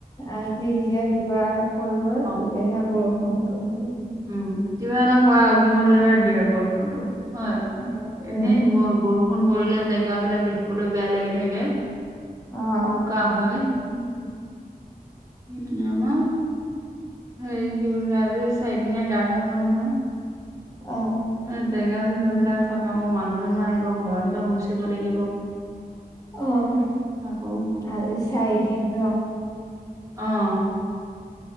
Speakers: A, on the left (about 25°); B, on the right (about 20°).
A: আজি যেতিয়া কিবা কৰিব তেতিয়াহে
B: অ
A: বৰষুণ
B: উম,
A: খালে। <inaudible>
B: কিবা এটা কৰা আগহঁতহে দিয়ে বৰষুণটো হয়
A: উম
B: এনেই ব <inaudible> সোণ পৰিলে জেগাবলাক দেখিবলৈ বেয়া লাগি থাকে
A: অ'
B: বোকা হয়। উম। উম আম। সেই কি বুলি ক আজি চাৰিদিনীয়া গা ধুৱোব নহয়।
A: অ'।
B: সেই জেগা চেগাবলাক চাফা কৰো মানুহজনো আহিব ঘৰ চৰ মুচিব লাগিব।
A: অ',
B: আকৌ
A: আৰু চাই দিন ন।
B: অ',